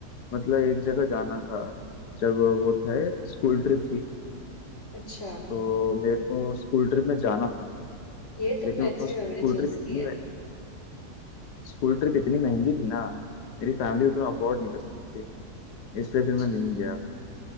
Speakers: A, on the left; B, on the left.
A: मतलब एक जगह जाना था जब वो थे स्कूल ट्रिप थी
B: अच्छा
A: तो मेरे को स्कूल ट्रिप में जाना था
B: ये तुमने
A: लेकिन
B: अच्छी
A: वो स्कूल
B: मेमोरी चूज
A: ट्रिप इतनी
B: की है
A: स्कूल ट्रिप इतनी महंगी थी ना मेरी
B: हम्म
A: फैमिली उतना अफोर्ड नहीं कर सकती थी इसलिए
B: अच्छा
A: फिर मैं नहीं गया